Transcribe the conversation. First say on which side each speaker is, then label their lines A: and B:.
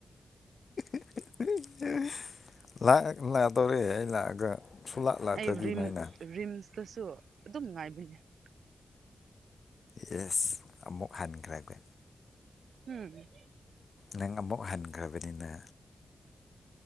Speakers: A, on the left; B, on the right.
A: <inaudible> ꯂꯥꯛꯗꯧꯣꯔꯦ ꯑꯩ ꯂꯥꯛꯑꯒ ꯁꯨꯡꯂꯥꯛ ꯂꯥꯛꯇ꯭ꯔꯗꯤ
B: ꯑꯩ ꯔꯤꯝ
A: ꯅꯣꯏꯅ
B: ꯔꯤꯝꯁꯇꯁꯨ ꯑꯗꯨꯝ ꯉꯥꯏꯕꯅꯦꯡꯡꯡꯡꯡꯡꯡ ꯋꯅꯤꯗ
A: ꯌꯦꯁ ꯑꯃꯨꯛ ꯍꯟꯈ꯭ꯔꯒ
B: ꯎꯝ
A: ꯅꯪ ꯑꯃꯨꯛ ꯍꯟꯈ꯭ꯔꯕꯅꯤꯅ